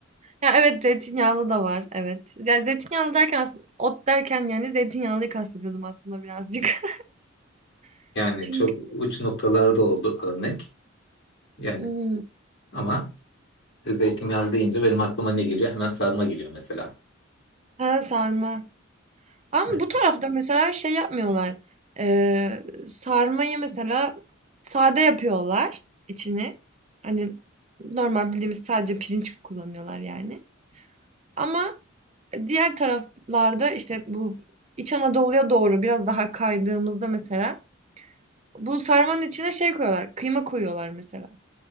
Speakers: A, on the right; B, on the left.
A: Ya evet zeytinyağlı da var evet. Ya zeytinyağlı derken aslında ot derken yani zeytinyağlıyı kastediyordum aslında birazcık. <laughs>
B: yani
A: Çünkü
B: çok uç noktalarda oldu örnek. Yani
A: hmm,
B: ama zeytinyağlı deyince benim aklıma ne geliyor? Hemen sarma geliyor mesela.
A: ha, sarma. Ama
B: Evet.
A: bu tarafta mesela şey yapmıyorlar. Eee, sarmayı mesela sade yapıyorlar içini. Hani normal bildiğimiz sadece pirinç kullanıyorlar yani. Ama diğer taraflarda işte bu İç Anadolu'ya doğru biraz daha kaydığımızda mesela bu sarmanın içine şey koyuyorlar. Kıyma koyuyorlar mesela.